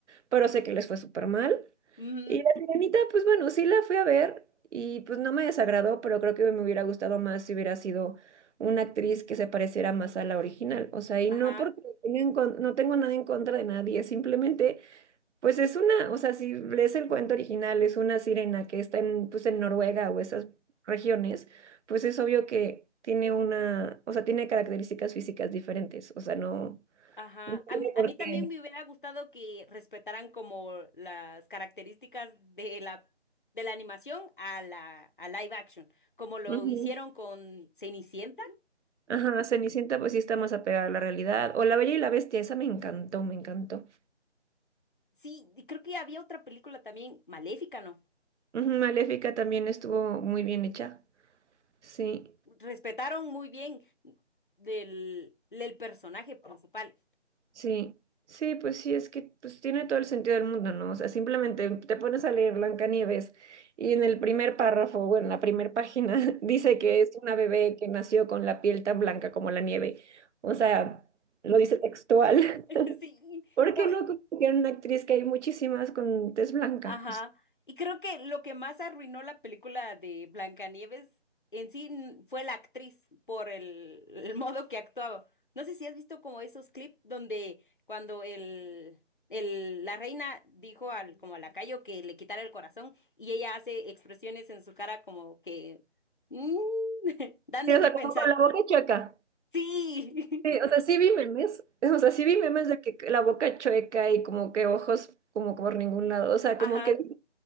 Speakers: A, on the right; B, on the left.
A: pero sé que les fue súper mal.
B: Ujú.
A: Y La Sirenita, pues bueno, sí la fui a ver y pues no me desagradó, pero creo que me hubiera gustado más si hubiera sido una actriz que se pareciera más a la original. O sea, y
B: Ajá,
A: no porque no tenga en con- no tengo nada en contra de nadie, simplemente pues es una, o sea, si lees el cuento original, es una sirena que está en, pues en Noruega o esas regiones, pues es obvio que tiene una, o sea, tiene características físicas diferentes, o sea, no,
B: Ajá,
A: no tiene
B: a mí, a
A: por
B: mí también
A: qué.
B: me hubiera gustado que respetaran como las características de la, de la animación a la a live action, como lo
A: Ujú.
B: hicieron con Cenicienta.
A: Ajá, Cenicienta pues sí está más apegada a la realidad, o La Bella y la Bestia, esa me encantó, me encantó.
B: Sí, y creo que había otra película también, Maléfica, ¿no?
A: Ujú, Maléfica también estuvo muy bien hecha, sí.
B: Respetaron muy bien del, del personaje principal.
A: Sí, sí, pues sí, es que pues tiene todo el sentido del mundo, ¿no? O sea, simplemente te pones a leer Blancanieves y en el primer párrafo, bueno, en la primera página, <laughs> dice
B: <laughs>
A: que es una bebé
B: Sí,
A: que nació con la piel tan blanca como la nieve. O sea, lo dice textual. <laughs>
B: <laughs> sí.
A: ¿Por
B: No,
A: qué no copiar una actriz que hay muchísimas con tez blanca?
B: Ajá.
A: O sea,
B: Y creo que lo que más arruinó la película de Blancanieves en sí mm, fue la actriz por el, el <laughs> modo que actuaba. No sé si has visto como esos clips donde cuando el, el, la reina dijo al, como al lacayo que le quitara el corazón y ella hace expresiones en su cara como que mm, <laughs> dan
A: sí,
B: de
A: o
B: qué
A: sea,
B: pensar.
A: como con la boca chueca.
B: Sí.
A: Sí, o sea, sí vi memes, <laughs> o sea, sí vi memes de que la boca chueca y como que ojos como por ningún lado, o sea,
B: <laughs>
A: como
B: Ajá.
A: que